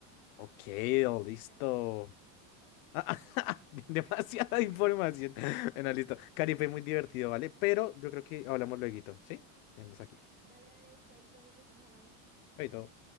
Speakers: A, on the right; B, on the left.
A: Ah,
B: Ok, oh, listo.
A: a mí me gusta.
B: <laughs> Demasiada información. Bueno, listo. Caripe, muy divertido, ¿vale? Pero yo creo que hablamos luego, ¿sí? Vemos aquí.
A: Dale, dale, Chaito, Nico, estamos hablando.
B: Chaito.